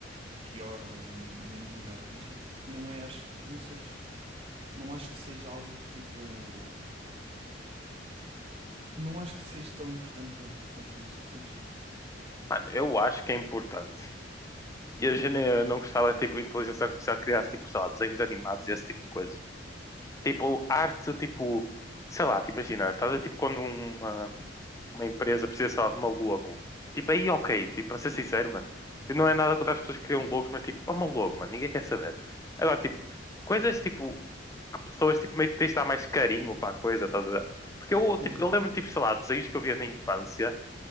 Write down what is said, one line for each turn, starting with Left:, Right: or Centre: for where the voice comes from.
Right: pior ou menos melhor, mas tipo, não é, acho, não seja, não acho que seja algo que tipo, não acho que seja tão importante quanto, quanto isso, entendes?
Left: Mano, eu acho que é importante. E a gente eh, não gostava, tipo, de inteligência artificial que criasse, tipo, sei lá, desenhos animados e esse tipo de coisa. Tipo, arte, tipo, sei lá, te imagina, estás a ver, tipo, quando um uma empresa precisa, sei lá, de uma logo. Tipo, aí ok, tipo, para ser sincero, mano. Tipo, não é nada contra as pessoas que criam logos, mas tipo, é uma logo, mano, ninguém quer saber. Agora, tipo, coisas tipo, que pessoas tipo, meio que tens de dar mais carinho para a coisa, estás a ver? Porque eu,
Right: Hum.
Left: tipo, eu lembro, tipo, sei lá, desenhos que eu via na infância,